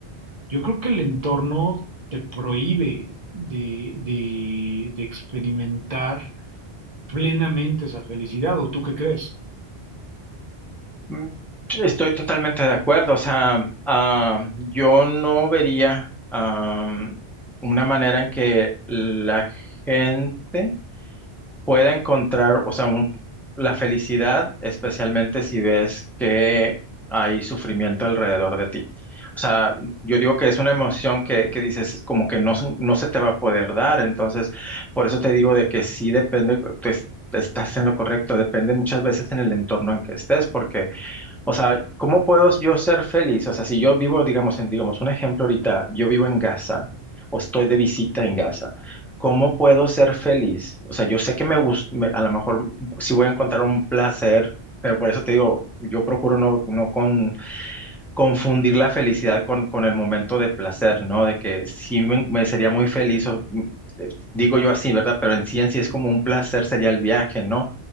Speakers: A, on the right (about 40°); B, in the centre.
A: yo creo que el entorno te prohíbe de, de- de experimentar plenamente esa felicidad, ¿o tú qué crees?
B: Mm, Estoy totalmente de acuerdo, o sea, ah, yo no vería ah, una manera en que la gente pueda encontrar, o sea, un- la felicidad, especialmente si ves que hay sufrimiento alrededor de ti. O sea, yo digo que es una emoción que, que dices como que no, se- no se te va a poder dar, entonces por eso te digo de que sí depende, tú es- estás en lo correcto, depende muchas veces en el entorno en que estés, porque o sea, ¿cómo puedo yo ser feliz? O sea, si yo vivo, digamos, en, digamos, un ejemplo ahorita, yo vivo en Gaza o estoy de visita en Gaza, ¿cómo puedo ser feliz? O sea, yo sé que me gusta, a lo mejor sí voy a encontrar un placer, pero por eso te digo, yo procuro no, no con, confundir la felicidad con, con el momento de placer, ¿no? De que sí me, me sería muy feliz, o, eh, digo yo así, ¿verdad? Pero en ciencia es como un placer, sería el viaje, ¿no?